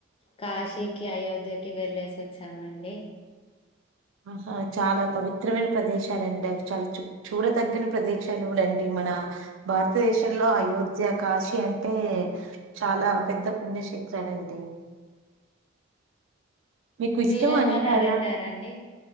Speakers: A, on the left; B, on the right.
A: కాశీకి అయోధ్యకి వెళ్ళేసి వచ్చామండి
B: ఆహా చాలా పవిత్రమైన ప్రదేశాలండి అవి చాలా చూ చూడతగ్గిన ప్రదేశాలు కూడా అండి మన భారతదేశంలో అయోధ్య కాశీ అంటే చాలా పెద్ద పుణ్యక్షేత్రాలు అండి మీకు ఇష్టం
A: మీరేమన్నా
B: అండి అలా
A: వెళ్ళారండి